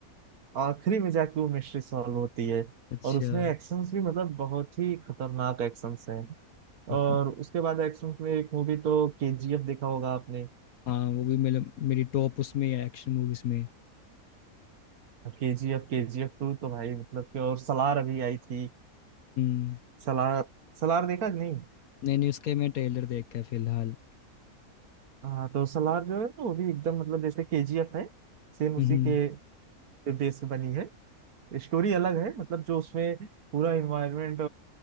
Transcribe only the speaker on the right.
आखिरी में जाके वो मिस्ट्री सॉल्व होती है
और उसमें एक्शंस भी मतलब बहुत ही खतरनाक एक्शंस हैं
और उसके बाद एक्शंस में एक मूवी तो केजीएफ देखा होगा आपने
केजीएफ केजीएफ टू तो भाई मतलब कि और सलार अभी आई थी
सलार सलार देखा कि नहीं
हाँ तो सलार जो है ना वो भी एकदम मतलब जैसे केजीएफ है सेम उसी
के बेस पे बनी है स्टोरी अलग है मतलब जो उसमें पूरा इन्वायरमेंट